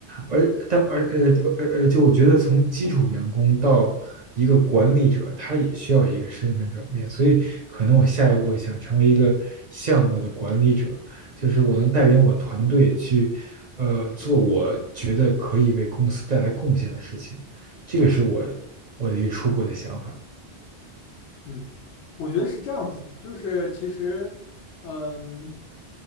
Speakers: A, on the right; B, on the left.
A: 而但而呃呃呃，就我觉得从基础员工到一个管理者，他也需要一个身份转变。所以，可能我下一步想成为一个项目的管理者，就是我能带领我团队去，呃，做我觉得可以为公司带来贡献的事情。这个是我我的一个初步的想法。
B: 嗯，我觉得是这样子，就是其实，嗯，